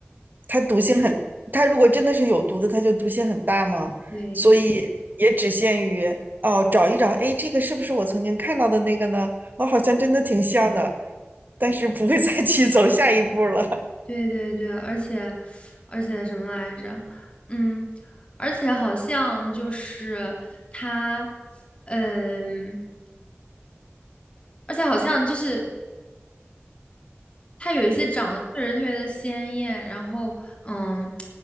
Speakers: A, on the right; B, on the left.
A: 它毒性很，它如果真的是有毒的，它就毒性很大嘛，
B: 对。
A: 所以也只限于哦，找一找，哎，这个是不是我曾经看到的那个呢？我好像真的挺像的，但是不会再去走下一步了。
B: 对对对，而且而且什么来着？嗯，而且好像就是他，嗯，而且好像就是他有一些长得确实特别的鲜艳，然后嗯，